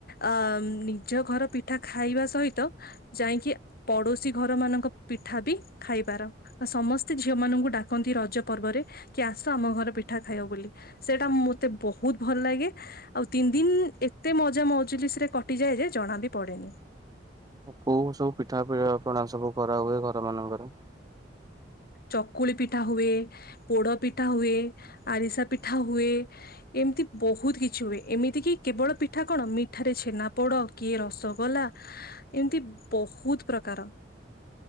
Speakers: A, on the left (about 55°); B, on the right (about 20°).
A: ଅମ୍ ନିଜ ଘର ପିଠା ଖାଇବା ସହିତ ଯାଇଁକି ପଡୋଶୀ ଘର ମାନଙ୍କ ପିଠା ବି ଖାଇବାର। ଆ ସମସ୍ତେ ଝିଅ ମାନଙ୍କୁ ଡାକନ୍ତି ରଜ ପର୍ବରେ, କି ଆସ ଆମ ଘରେ ପିଠା ଖାଇବ ବୋଲି। ସେଟା ମତେ ବହୁତ୍ ଭଲ୍ ଲାଗେ। ଆଉ ତିନ୍ ଦିନ୍ ଏତେ ମଜା ମଜୁଲିସ ରେ କଟିଯାଏ ଯେ ଜଣା ବି ପଡେନି।
B: କୋଉ ସବୁ ପିଠା ପଣା ସବୁ କରା ହୁଏ ଘର ମାନଙ୍କରେ?
A: ଚକୁଳି ପିଠା ହୁଏ, ପୋଡ ପିଠା ହୁଏ, ଆରିସା ପିଠା ହୁଏ। ଏମତି ବହୁତ୍ କିଛି ହୁଏ। ଏମିତି କିି କେବଳ ପିଠା କଣ ମିଠାରେ ଛେନା ପୋଡ କି ରସଗୋଲା ଏମତି ବହୁତ୍ ପ୍ରକାର।